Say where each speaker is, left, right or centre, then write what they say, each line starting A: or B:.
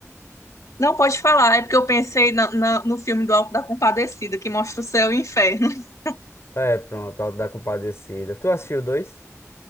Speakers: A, on the left; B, on the left.
A: Não pode falar, é porque eu pensei na- na- no filme do Alto da Compadecida, que mostra o céu e o inferno. <laughs>
B: É, pronto, a da Compadecida. Tu assistiu dois?